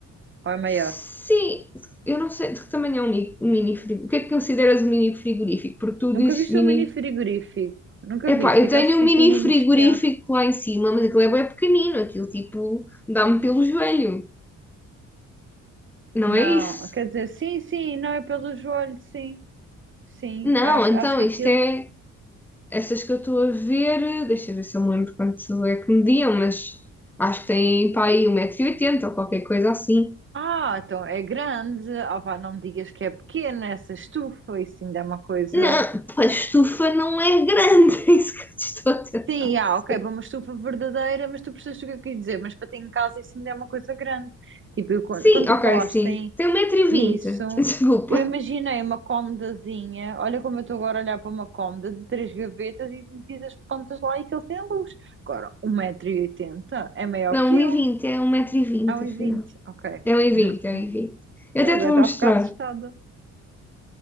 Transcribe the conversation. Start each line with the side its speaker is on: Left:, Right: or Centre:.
Right: ou é maior?
Centre: sim, eu não sei de que tamanho é um mi- um mini frigorífico. O que é que consideras um mini frigorífico? Porque tu
Right: Nunca
Centre: dizes
Right: viste
Centre: mini
Right: um mini frigorífico? Nunca
Centre: Epá,
Right: viste
Centre: eu tenho
Right: aqueles
Centre: um
Right: pequeninos
Centre: mini frigorífico
Right: que há?
Centre: lá em cima, mas aquilo é bem pequenino, aquilo tipo dá-me pelo joelho, não
Right: Não,
Centre: é isso?
Right: quer dizer, sim, sim, não é pelo joelho, sim, sim,
Centre: Não,
Right: eu acho,
Centre: então
Right: acho que
Centre: isto
Right: aquilo.
Centre: é, estas que eu estou a ver, deixa eu ver se eu me lembro quanto é que mediam, mas acho que tem pá aí um metro e oitenta ou qualquer coisa assim.
Right: Ah, então é grande. Ah, vá, não me digas que é pequena essa estufa, isso ainda é uma coisa.
Centre: Não, pá, a estufa não é grande, <laughs> é isso que eu te estou a tentar
Right: Sim, ah, ok,
Centre: dizer.
Right: para uma estufa verdadeira, mas tu percebes o que eu quis dizer, mas para ter em casa isso ainda é uma coisa grande. Tipo, eu quando,
Centre: Sim,
Right: quando
Centre: ok,
Right: tu falaste
Centre: sim,
Right: em-
Centre: tem um metro e vinte.
Right: nisso,
Centre: <laughs> desculpa.
Right: eu imaginei uma comodazinha, olha como eu estou agora a olhar para uma cômoda de três gavetas e tu metias as plantas lá e que ele tem luz. Agora, um metro e oitenta é maior
Centre: Não,
Right: que
Centre: um e
Right: eu,
Centre: vinte é um metro e vinte.
Right: é 120
Centre: afinal.
Right: vinte? ok.
Centre: É um e vinte,
Right: <laughs>
Centre: é um e vinte. Eu
Right: Agora
Centre: até te vou
Right: está
Centre: mostrar.
Right: a ficar assustada.